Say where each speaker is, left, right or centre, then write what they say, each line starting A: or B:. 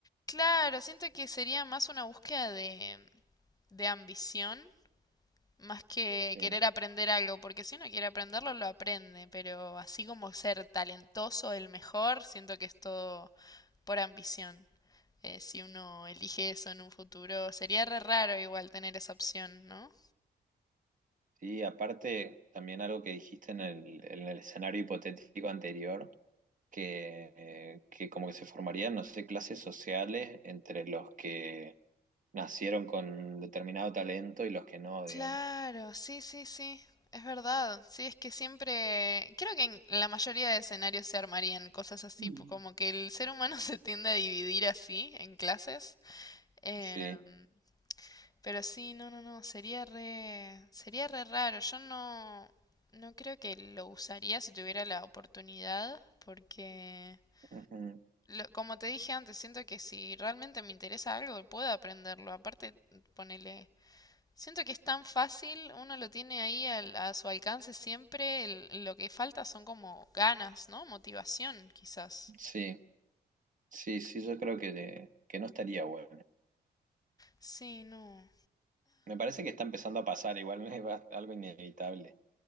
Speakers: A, on the left; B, on the right.
A: Claro, siento que sería más una búsqueda de, de ambición, más que
B: Sí.
A: querer aprender algo, porque si uno quiere aprenderlo, lo aprende, pero así como ser talentoso, el mejor, siento que es todo por ambición. eh, si uno elige eso en un futuro. Sería re raro igual tener esa opción, ¿no?
B: Sí, aparte también algo que dijiste en el, en el escenario hipotético anterior, que, que como que se formarían, no sé, clases sociales entre los que nacieron con determinado talento y los que no,
A: Claro,
B: digamos.
A: sí, sí, sí, es verdad. Sí, es que siempre, creo que en la mayoría de escenarios se armarían cosas así,
B: Mm.
A: po- como que el ser humano <laughs> se tiende a dividir así en clases. Em,
B: Sí,
A: pero sí, no, no, no, sería re, sería re raro. Yo no, no creo que lo usaría si tuviera la oportunidad, porque
B: ujú,
A: lo- como te dije antes, siento que si realmente me interesa algo, puedo aprenderlo. Aparte, ponele, siento que es tan fácil, uno lo tiene ahí al- a su alcance siempre, el- lo que falta son como ganas, ¿no? Motivación, quizás.
B: Sí, sí, sí, yo creo que, de- que no estaría bueno.
A: Sí, no.
B: Me parece que está empezando a pasar, igual es va- algo inevitable.